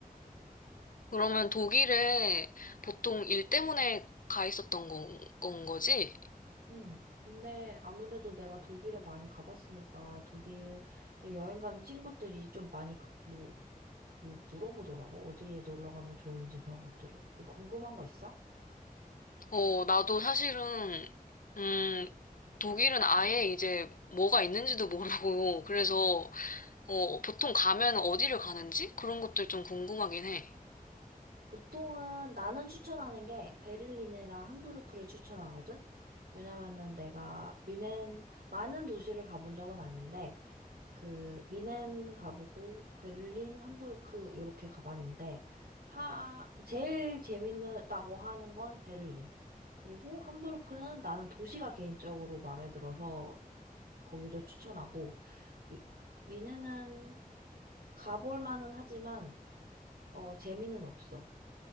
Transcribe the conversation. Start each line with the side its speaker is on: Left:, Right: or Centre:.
Left: 그러면 독일에 보통 일 때문에 가 있었던 건, 건 거지?
Right: 음. 근데 아무래도 내가 독일에 많이 가봤으니까 독일에 여행 가는 친구들이 좀 많이 그, 뭐, 뭐 물어보더라고. 어디에 놀러 가면 좋은지 그런 것들을. 뭐 궁금한 거 있어?
Left: 어, 나도 사실은, 음, 독일은 아예 이제 뭐가 있는지도 모르고, <laughs> 그래서,
Right: 음.
Left: 어, 보통 가면 어디를 가는지? 그런 것들 좀 궁금하긴 해.
Right: 보통은 나는 추천하는 게 베를린이랑 함부르크를 추천하거든? 왜냐면은 내가 뮌헨 많은 도시를 가본 적은 아닌데 그 미넨 가보고 베를린, 함부르크 이렇게 가봤는데 하 제일 재밌다고 하는 건 베를린. 그리고 함부르크는 나는 도시가 개인적으로 마음에 들어서 거기도 추천하고 미, 미넨은 가볼 만은 하지만 어 재미는 없어.